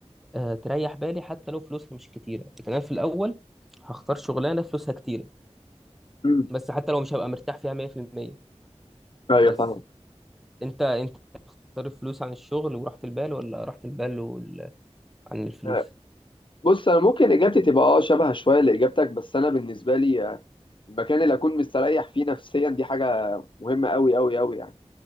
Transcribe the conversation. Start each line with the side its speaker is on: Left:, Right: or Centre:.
Centre: آه، تريح بالي حتى لو فلوسها مش كتيرة لكن أنا في الأول هختار شغلانة فلوسها كتيرة
Left: امم
Centre: بس حتى لو مش هبقى مرتاح فيها 100%
Left: ايوه
Centre: بس
Left: فاهم
Centre: أنت أنت تختار الفلوس عن الشغل وراحة البال ولا راحة البال وال... عن الفلوس
Left: آه، بص انا ممكن اجابتي تبقى اه شبه شويه لاجابتك بس انا بالنسبه لي آه، المكان اللي اكون مستريح فيه نفسيا دي حاجه مهمه قوي قوي قوي يعني